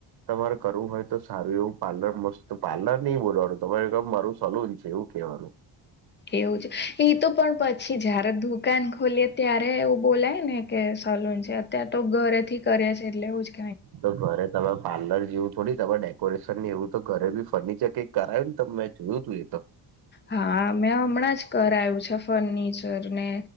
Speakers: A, on the right; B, on the left.
A: તમારે કરવું હોય તો સારું એવું પાર્લર મસ્ત પાર્લર નહી બોલવાનું તમારેમર સલૂન છે એવું કહેવાનું.
B: એવું છે એ તો પણ પછી જય્યારે દુકાન ખોલીએ ત્યારે એવું બોલાય ને કે સલૂન છે. ત્યાં તો ઘરેથી કરે છે એટલે એ
A: તો ઘરે તમા પાર્લર જેવું થોડી તમારે ડેકોરેશન ની એવું તો ઘરે બી ફર્નિચર કઈક કરાય્યું ને મેં જોયું તું એ તો.
B: હા મેં હમણાં જ કરાયું છે ફર્નિચર ને